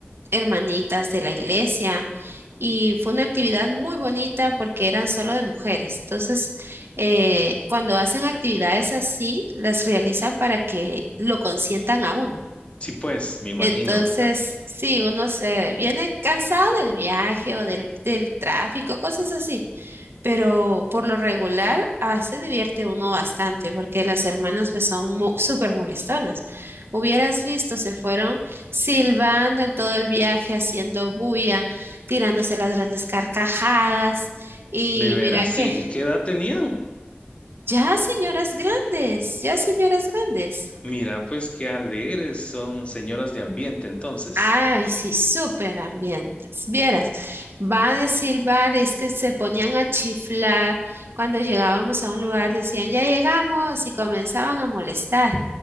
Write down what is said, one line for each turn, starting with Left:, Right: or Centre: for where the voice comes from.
Right: hermanitas de la iglesia y fue una actividad muy bonita porque eran solo de mujeres. Entonces, eh, cuando hacen actividades así, las realizan para que lo consientan a uno.
Left: Sí, pues, me imagino,
Right: Entonces,
Left: ¿verdad?
Right: sí, uno se viene cansado del viaje o del, del tráfico, cosas así, pero por lo regular ah, se divierte uno bastante porque las hermanas pues son mo- súper molestonas. Hubieras visto, se fueron silbando en todo el viaje, haciendo bulla, tirándose las grandes carcajadas y
Left: De veras,
Right: mira que,
Left: sí. ¿Qué edad tenían?
Right: ya señoras grandes, ya señoras grandes.
Left: Mira, pues qué alegres son señoras de ambiente entonces.
Right: Ay, sí, súper ambientes. Vieras, va a decir bares que se ponían a chiflar cuando llegábamos a un lugar, decían, ya llegamos y comenzaban a molestar,